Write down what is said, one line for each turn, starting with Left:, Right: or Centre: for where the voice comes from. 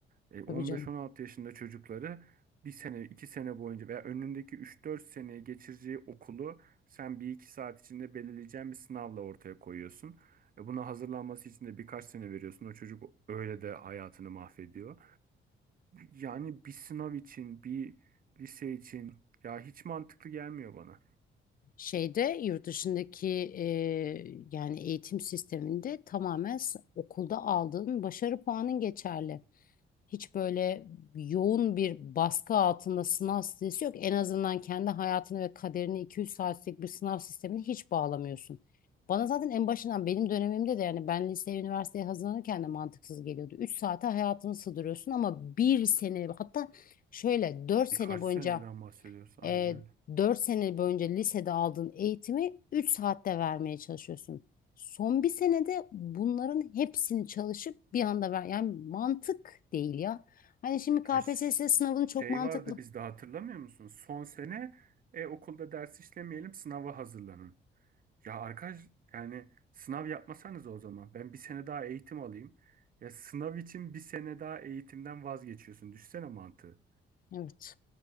Right: E, 15-16
Left: Tabii canım.
Right: yaşında çocukları bir sene, iki sene boyunca veya önündeki üç dört seneyi geçireceği okulu sen bir iki saat içinde belirleyeceğin bir sınavla ortaya koyuyorsun. E, buna hazırlanması için de birkaç sene veriyorsun. O çocuk öyle de hayatını mahvediyor. Yani bir sınav için, bir Lise için ya hiç mantıklı gelmiyor bana.
Left: Şeyde yurt dışındaki e, yani eğitim sisteminde tamamen s- okulda aldığın başarı puanın geçerli. Hiç böyle yoğun bir baskı altında sınav stresi yok. En azından kendi hayatını ve kaderini 2-3 saatlik bir sınav sistemine hiç bağlamıyorsun. Bana zaten en başından benim dönemimde de yani ben liseye, üniversiteye hazırlanırken de mantıksız geliyordu. 3 saate hayatını sığdırıyorsun ama bir sene hatta şöyle 4 sene
Right: Birkaç seneden
Left: boyunca
Right: bahsediyoruz aynen
Left: e,
Right: öyle.
Left: 4 sene boyunca lisede aldığın eğitimi 3 saatte vermeye çalışıyorsun. Son bir senede bunların hepsini çalışıp bir anda ver. Yani mantık değil ya. Hani şimdi KPSS
Right: Ya ş-
Left: sınavını çok
Right: şey
Left: mantıklı.
Right: vardı bizde hatırlamıyor musun? Son sene e, okulda ders işlemeyelim sınava hazırlanın. Ya arkadaş yani sınav yapmasanız o zaman ben bir sene daha eğitim alayım. Ya sınav için bir sene daha eğitimden vazgeçiyorsun. Düşsene mantığı.
Left: Evet.